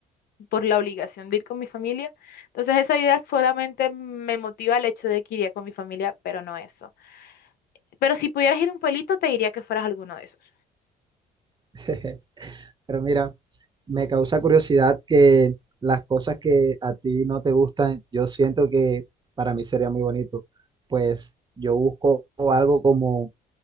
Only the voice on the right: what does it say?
<laughs> Pero mira, me causa curiosidad que las cosas que a ti no te gustan, yo siento que para mí sería muy bonito. Pues yo busco algo como